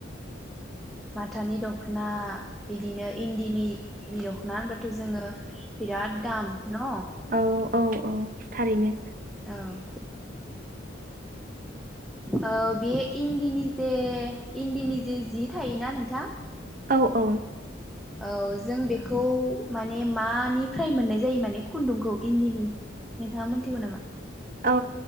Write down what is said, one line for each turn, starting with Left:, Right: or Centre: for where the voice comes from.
Centre: माथानि दख'ना बिदिनो इन्दिनि इ दख'ना होनबा थ' जोङो बिराद दाम। न'
Right: औ औ औ थारैनो।
Centre: औ औ बेयो इन्दिनि जे इदिनि जि थायोना नोंथां।
Right: औ औ
Centre: औ जों बेखौ माने मानिफ्राय मोननाय जायो माने खुन्दुंखौ इन्दिनि नोंथाङा मोनथिगौ नामा?
Right: औ